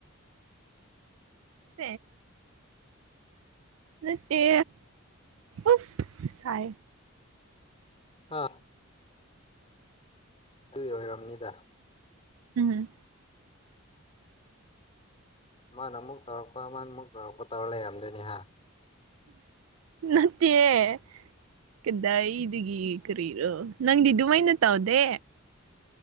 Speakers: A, on the right; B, on the left.
A: <unintelligible> ꯅꯠꯇꯦ ꯎꯁ ꯁꯥꯏ ꯌꯦ
B: ꯍꯥꯥ ꯑꯩ ꯑꯣꯏꯔꯝꯅꯤꯗ
A: ꯎꯝ
B: ꯃꯥꯅ ꯑꯃꯨꯛ ꯇꯧꯔꯛꯄ ꯃꯥꯅ ꯑꯃꯨꯛ ꯇꯧꯔꯛꯄ ꯇꯧꯔ ꯂꯩꯔꯝꯗꯣꯏꯅꯤꯍ
A: ꯅꯠꯇꯦꯌꯦ ꯀꯗꯥꯏꯗꯒꯤ ꯀꯔꯤꯔꯣ ꯅꯪꯗꯤ ꯑꯗꯨꯃꯥꯏꯅ ꯇꯧꯗꯦ